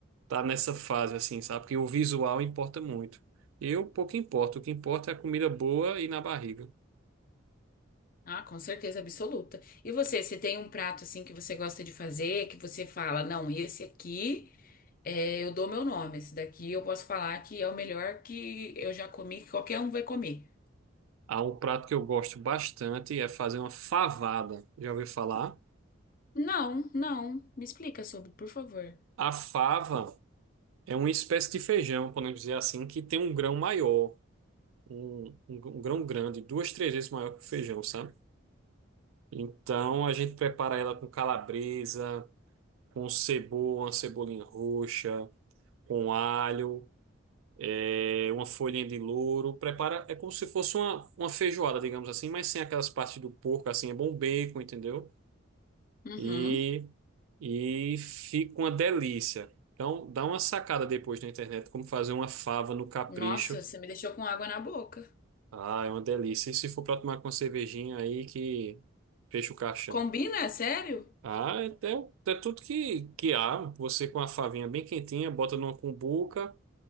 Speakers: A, on the right (about 85°); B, on the left (about 45°).
A: tá nessa fase assim, sabe? Porque o visual importa muito. Eu pouco importo, o que importa é a comida boa e na barriga.
B: Ah, com certeza absoluta. E você, você tem um prato, assim, que você gosta de fazer, que você fala, não, esse aqui. É, eu dou meu nome. Esse daqui eu posso falar que é o melhor que eu já comi, que qualquer um vai comer.
A: Há um prato que eu gosto bastante é fazer uma favada. Já ouviu falar?
B: Não, não. Me explica sobre, por favor.
A: A fava. É uma espécie de feijão, podemos dizer assim, que tem um grão maior, um, um, gr- um grão grande, duas, três vezes maior que o feijão, sabe? Então a gente prepara ela com calabresa, com cebola, uma cebolinha roxa, com alho, é, uma folhinha de louro. Prepara, é como se fosse uma, uma feijoada, digamos assim, mas sem aquelas partes do porco, assim, é bom bacon, entendeu?
B: Uhum.
A: E, e fica uma delícia. Então dá uma sacada depois na internet como fazer uma fava no capricho.
B: Nossa, você me deixou com água na boca.
A: Ah, é uma delícia. E se for pra tomar com uma cervejinha aí que fecha o caixão?
B: Combina? É Sério?
A: Ah, é, é, é tudo que, que há. Você com a favinha bem quentinha, bota numa cumbuca.